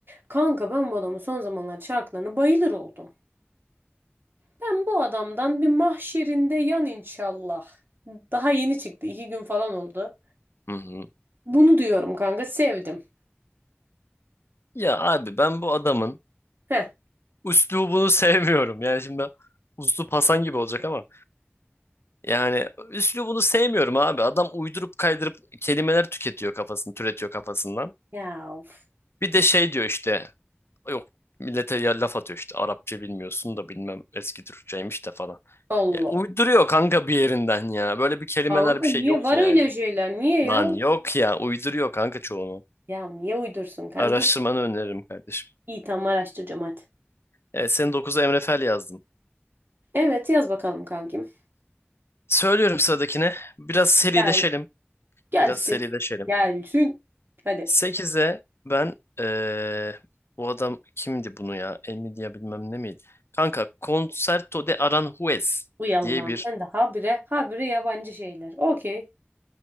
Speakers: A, on the right; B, on the left.
A: Kanka ben bu adamın son zamanlar şarkılarına bayılır oldum. Ben bu adamdan bir mahşerinde yan inşallah. Daha yeni çıktı. iki gün falan oldu.
B: hı hı.
A: Bunu diyorum kanka sevdim.
B: Ya abi ben bu adamın
A: Heh.
B: üslubunu sevmiyorum. Yani şimdi üslup Hasan gibi olacak ama yani üslubunu sevmiyorum abi. Adam uydurup kaydırıp kelimeler tüketiyor kafasını, türetiyor kafasından.
A: Ya of.
B: Bir de şey diyor işte yok millete ya laf atıyor işte Arapça bilmiyorsun da bilmem eski Türkçeymiş de falan.
A: Allah.
B: Ya uyduruyor kanka bir yerinden ya. Böyle bir kelimeler
A: Kanka
B: bir
A: niye
B: şey yok
A: var
B: yani.
A: öyle şeyler? Niye ya?
B: Lan yok ya uyduruyor kanka çoğunu.
A: Ya niye uydursun kanki?
B: Araştırmanı öneririm kardeşim.
A: İyi tamam araştıracağım hadi.
B: Evet, senin 9'a Emre Fel yazdım.
A: Evet yaz bakalım kankim.
B: Söylüyorum sıradakine. Biraz serileşelim.
A: Gel. Gelsin.
B: Biraz serileşelim.
A: Gelsin. Hadi.
B: Sekize ben eee, bu adam kimdi bunu ya? Emilia bilmem ne miydi? Kanka Concerto de Aranjuez
A: Uy Allah'ım
B: diye bir
A: sen de habire habire yabancı şeyler. Okey.